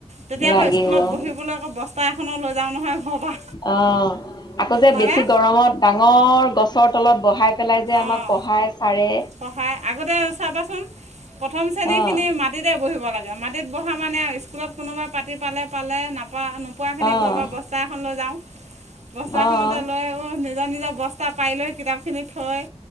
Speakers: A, on the right; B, on the left.
A: তেতিয়া
B: লাগিব
A: আকৌ স্কুলত বহিবলৈ আকৌ বস্তা এখনো লৈ যাওঁ নহয় ঘৰৰ পৰা
B: অ' আকৌ যে
A: হয়নে
B: বেছি গৰমত ডাঙৰ গছৰ তলত বহাই পেলাই যে আমাক
A: অঁ
B: পঢ়াই চাৰে।
A: পঢ়ায়। আগতে চাবাচোন প্ৰথম শ্ৰেণী
B: অ',
A: খিনি মাটিতে বহিব লাগে মাটি মাটিত বহা মানে আৰু স্কুলত কোনোবাই পাতি পালে পালে নাপ নোপোৱাখিনি
B: অ',
A: ঘৰৰ পৰা বস্তা এখন লৈ যাওঁ। বস্তা
B: অ',
A: খনতে লৈ নিজৰ নিজৰ বস্তা পাই লৈ কিতাপ খিনি থয়।